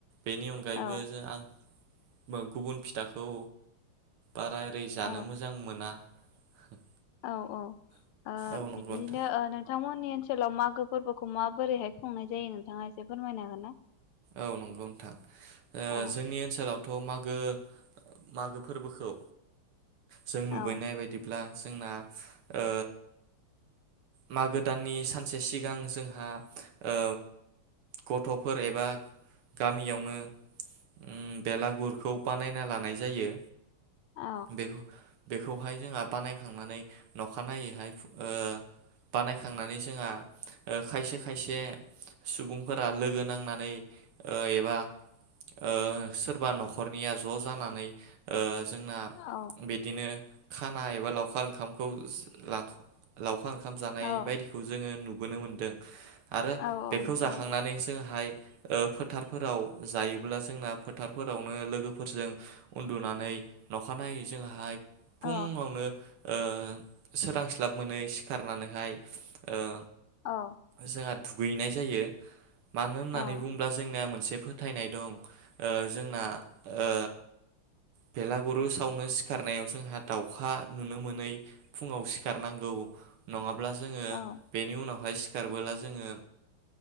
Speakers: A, on the right (about 75°); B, on the left (about 80°).
A: बेनि अनगायैबो
B: औ
A: जो आं गुबुन फिथाखौ बारा ओरै जानो
B: औ
A: मोजां मोना। <inaudible>
B: औ औ ओ
A: औ नंगौ
B: बिदिनो
A: नोंथां
B: ओ नोंथांमोननि ओनसोलाव मागो फोरबोखौ माबोरैहाय खुंनाय जायो नोंथांङा एसे फोरमायनो हागोन ना?
A: औ नंगौ नोंथां ओ
B: औ
A: जोंनि ओनसोलावथ मा गो मागो फोरबोखौ जों नुबोननाय
B: औ
A: बायदिब्ला जोंना ओ मागो दाननि सानसे सिगां जोंहा ओ गथ'फोर एबा गामियावनो उम्म बेलागुरखौ बानायना लानाय जायो।
B: औ
A: बेखौ बेखौहाय जोंहा बानायखांनानै नखानाययैहाय ओ बानायखांनानै जोंहा खायसे खायसे सुबुंफोरा लोगो नांनानै ओ एबा ओ सोरबा न'खरनिया ज जानानै ओ जोंना
B: औ
A: बिदिनो खाना एबा लावखार ओंखामखौ लां लावखार ओंखाम जानाय
B: औ
A: बायदिखौ जोंङो नु नुबोनो मोनदों आरो
B: औ औ
A: बेखौ
B: नंगौ
A: जाखांनानै जोंहाय ओ फोथारफोराव जायोब्ला जोंना फोथारफोरावनो लोगोफोरजों उन्दुनानै नखानायै जोंहाय
B: औ
A: फुंङावनो ओ सोरांस्लाब मोनै सिखारनानैहाय ओ
B: औ
A: जोंहा दुगैनाय जायो मानो होननानै
B: औ
A: बुं जोंनिया मोनसे फोथायनाय दं ओ जोंना ओ बेलागुरु सावनो सिखारनायाव जोंहा दाउखा नुनो मोनै फुङाव सिखारनांगौ नङाब ब्ला जोङो
B: औ
A: बेनि उनावहाय सिखाबोला जोङो